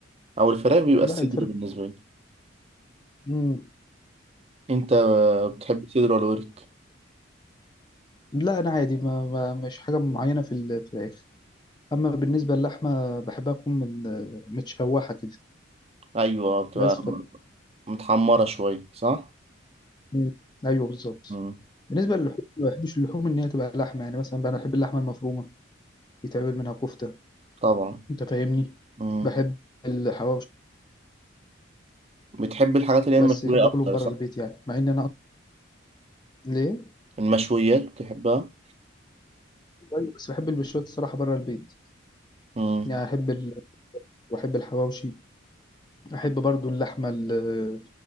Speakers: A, on the right; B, on the left.
A: أو الفراخ بيبقى
B: لا
A: الصدر
B: الفراخ
A: بالنسبة لي
B: مم.
A: انت بتحب صدر ولا ورك
B: لا أنا عادي ما ما مش حاجة معينة في الفراخ أما بالنسبة للحمة بحبها تكون من متشوحة كده
A: ايوه بتبقى
B: بس
A: متحمره شويه صح
B: مم. ايوه بالظبط
A: مم.
B: بالنسبه للحوم ما بحبش اللحوم ان هي تبقى لحمه يعني مثلا بقى انا بحب اللحمه المفرومه يتعمل منها كفته
A: طبعا
B: انت فاهمني
A: مم.
B: بحب الحواوشي
A: بتحب الحاجات اللي هي المشويه
B: بس بحب
A: اكتر
B: اكلهم بره
A: صح
B: البيت يعني مع ان انا أصلاً ليه
A: المشويات بتحبها
B: أيوة، بس بحب البشوات الصراحه بره البيت
A: مم.
B: يعني احب ال... واحب الحواوشي احب برضو اللحمه ال-